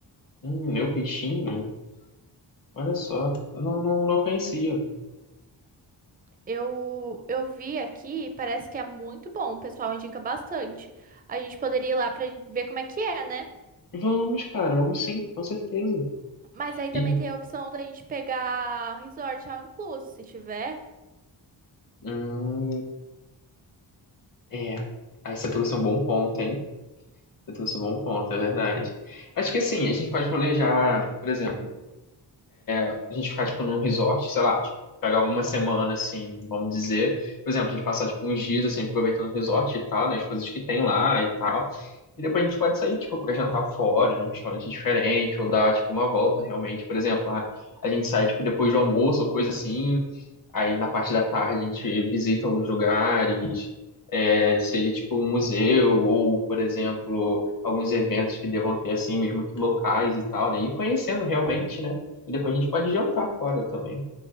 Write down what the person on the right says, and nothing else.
Eu, eu vi aqui, parece que é muito bom, o pessoal indica bastante. A gente poderia ir lá pra ver como é que é, né?
Mas aí
também tem a opção da gente pegar resort ao incluso, se tiver.